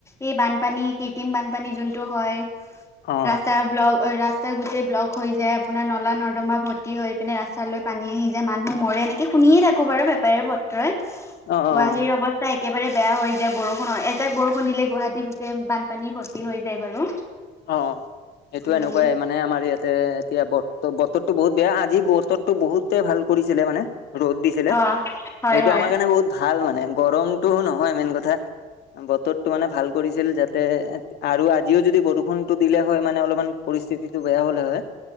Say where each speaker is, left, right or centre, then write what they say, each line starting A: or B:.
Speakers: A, on the left; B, on the left.
A: এই বানপানী কৃত্ৰিম বানপানী যোনটো হয়
B: অ
A: ৰাস্তা ব্লক ৰাস্তা গোটেই ব্লক হৈ যায় আপোনাৰ নলা নৰ্দমা ভৰ্তি হৈ পিনে ৰাস্তালৈ পানী আহি যায় মানুহ মৰে এনেকে শুনিয়ে থাকো বাৰু পেপাৰে পত্ৰই ই
B: অ অ
A: গুৱাহাটীৰ
B: অ
A: অৱস্থা প্ৰায় একেবাৰে বেয়া হৈ যায় বৰষুণৰ এজাক বৰষুণ দিলে গুৱাহাটী গোটেই বানপানী ভৰ্তি হৈ যায় বাৰু
B: অ সেইটো
A: উম
B: এনেকুৱাই মানে আমাৰ ইয়াতে এতিয়া বত বতৰতো বহুত বেয়া আজি বতৰ টো বহুতে ভাল কৰিছিলে মানে ৰ'দ দিছিলে
A: অ হয়
B: এইটো
A: হয়
B: আমাৰ কাৰণে বহুত ভাল মানে গৰমটোও নহয় মেইন কথা বতৰ টো মানে ভাল কৰিছিল যাতে আৰু আজিও যদি বৰষুণ বৰষুনটো দিলে হয় মানে অলপমান পৰিস্থিতিটো বেয়া হ'লে হয়